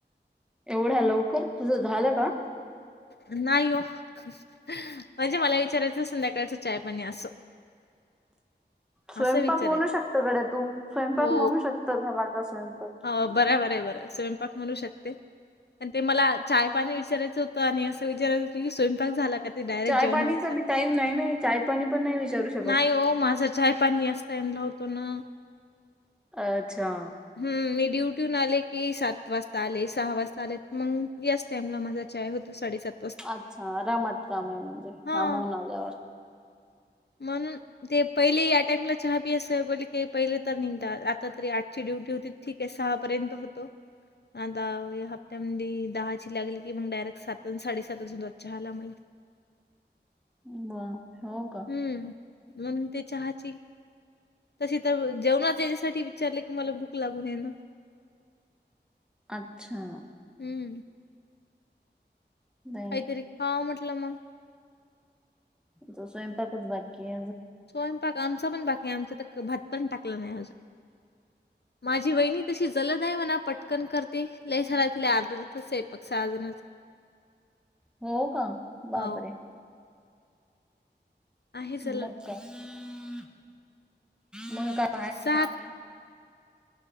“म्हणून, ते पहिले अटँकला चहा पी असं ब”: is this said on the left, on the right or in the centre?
Left